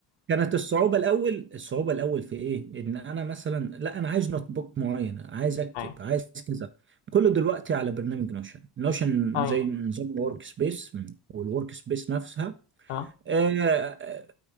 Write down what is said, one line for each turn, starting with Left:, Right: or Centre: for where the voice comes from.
Right: كانت الصعوبة الأول الصعوبة الأول في إيه؟ إن أنا مثلا لا أنا عايز نوت بوك معين عايز أكتب
Left: ايوه
Right: عايز كذا كله دلوقتي على برنامج نوشن نوشن
Left: ايوه
Right: زي نظام الورك سبيس والورك سبيس نفسها
Left: اه
Right: آه، آه،